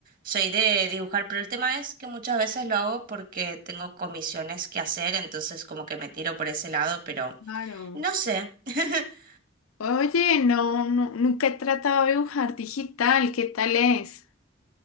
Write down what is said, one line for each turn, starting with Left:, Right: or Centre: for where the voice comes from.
Right: Soy de dibujar, pero el tema es que muchas veces lo hago porque tengo comisiones que hacer, entonces como que me tiro por ese lado, pero
Left: Claro,
Right: no sé. <laughs>
Left: Oye, no, no, nunca he tratado de dibujar digital, ¿qué tal es?